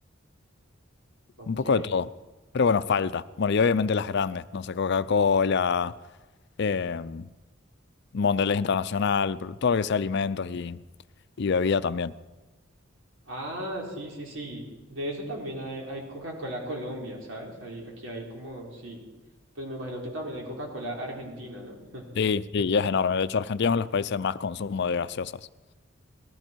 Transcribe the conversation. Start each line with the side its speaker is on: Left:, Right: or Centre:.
Right: Ok.
Left: un poco de todo. Pero bueno, falta. Bueno, y obviamente las grandes, no sé, Coca-Cola, em, Mondelez Internacional, todo lo que sea alimentos y, y bebida también.
Right: Ah, sí, sí, sí. De eso también hay, hay Coca-Cola Colombia, ¿sabes? Hay, aquí hay como, sí. Pues me imagino que también hay Coca-Cola Argentina, ¿no? <laughs>
Left: Sí, sí, y es enorme. De hecho, Argentina es uno de los países más consumo de gaseosas.